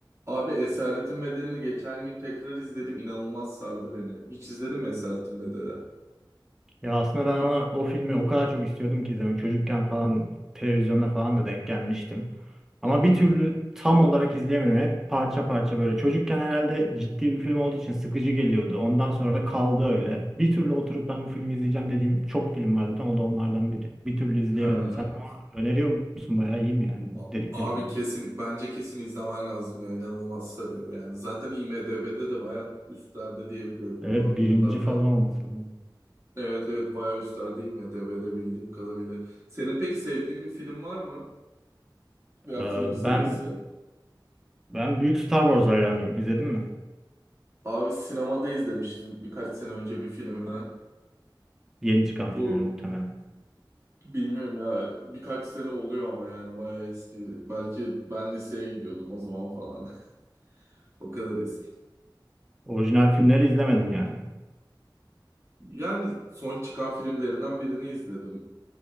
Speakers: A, on the right; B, in the centre.
A: Abi Esaretin Bedeli'ni geçen gün tekrar izledim. İnanılmaz sardı beni. Hiç izledin mi Esaretin Bedeli?
B: Ya aslında ben o, o filmi o kadar çok istiyordum ki izlemek. Çocukken falan televizyonda falan da denk gelmiştim. Ama
A: Hı hı.
B: bir türlü tam olarak izleyemedim. Hep parça parça böyle. Çocukken herhalde ciddi bir film olduğu için sıkıcı geliyordu. Ondan sonra da kaldı öyle. Bir türlü oturup ben bu filmi izleyeceğim dediğim çok film var zaten. O da onlardan biri. Bir türlü izleyemedim.
A: Ha.
B: Sen ama öneriyor musun? Bayağı iyi mi yani
A: A-
B: dedikleri
A: Abi
B: kadar?
A: kesin bence kesin izlemen lazım ya. İnanılmaz sarıyor yani. Zaten IMDb'de de bayağı üstlerde diyebiliyorum
B: Evet
A: bu arada
B: birinci
A: yıllardır.
B: falan olması lazım.
A: Evet evet bayağı üstlerde IMDb'de bildiğim kadarıyla. Senin pek sevdiğin bir film var mı? Veya
B: Ee,
A: film serisi?
B: ben ben büyük Star Wars hayranıyım. İzledin mi?
A: Abi sinemada izlemiştim birkaç sene önce bir filmini.
B: Yeni çıkan filmini
A: Bu
B: muhtemelen.
A: Bilmiyorum ya birkaç sene oluyor ama yani bayağı eski. Belki ben liseye gidiyordum o zaman falan. <laughs> O kadar eski.
B: Orijinal filmleri izlemedin yani.
A: Yani son çıkan filmlerinden birini izledim